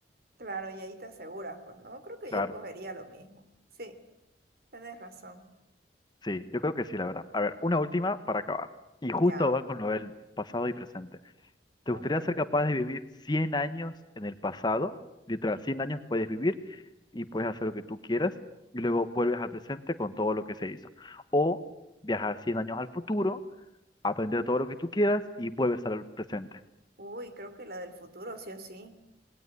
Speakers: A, on the right; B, on the left.
A: claro, y ahí te aseguras, pues no, creo que
B: claro.
A: yo escogería lo mismo. Sí, tienes razón.
B: Sí, yo creo que sí, la verdad. A ver, una última para acabar. Y justo
A: Ya,
B: va con lo del pasado y presente. ¿Te
A: a
B: gustaría
A: ver.
B: ser capaz de vivir 100 años en el pasado? Literal, 100 años puedes vivir y puedes hacer lo que tú quieras y luego vuelves al presente con todo lo que se hizo. O viajar 100 años al futuro, aprender todo lo que tú quieras y vuelves al presente.
A: Uy, creo que la del futuro, sí o sí.